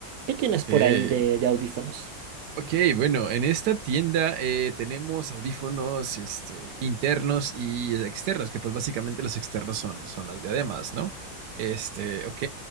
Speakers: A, on the right (about 85°); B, on the right (about 70°).
A: ¿qué tienes
B: Ok.
A: por ahí de, de audífonos?
B: Ok, bueno, en esta tienda eh, tenemos audífonos este, internos y externos, que pues básicamente los externos son, son las diademas, ¿no? Este, ok,